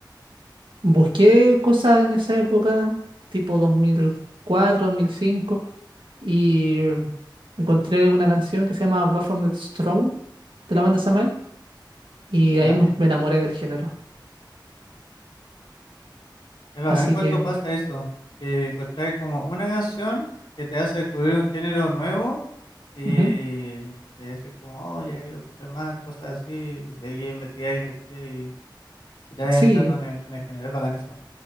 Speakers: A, on the right; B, on the left.
A: Busqué cosas en esa época, tipo dos dos mil cuatro dos mil cinco y encontré una canción que se llama Baphomet's Throne de la banda Samael, y
B: ya.
A: ahí me, me enamoré del género.
B: Es
A: Así
B: bacán cuando
A: que,
B: pasa eso, que encontráis como una canción que te hace descubrir un género nuevo y
A: ujú,
B: que decís como, oh, ya quiero escuchar más cosas así, y seguís investigando, investigando y, y te vas
A: sí.
B: entrando en el, en el género. Es bacán eso.